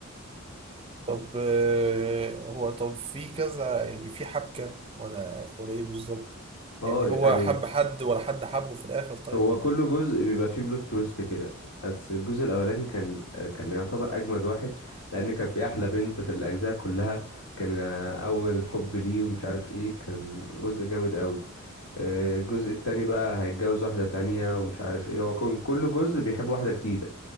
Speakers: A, on the right; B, on the left.
A: طب آه، هو طب في كذا يعني في حبكة ولا ولا ايه بالظبط
B: اه
A: يعني هو
B: يعني
A: حب حد ولا حد حبه في الاخر طيب
B: هو
A: ولا
B: كل
A: ايه
B: جزء بيبقى فيه بلوت تويست كده بس الجزء الاولاني كان كان يعتبر اجمد واحد لان كان في احلى بنت في الاجزاء كلها كان اول حب ليه ومش عارف ايه كان جزء جامد قوي آه، الجزء التاني بقى هيتجوز واحدة تانية ومش عارف ايه هو كان كل جزء بيحب واحدة جديدة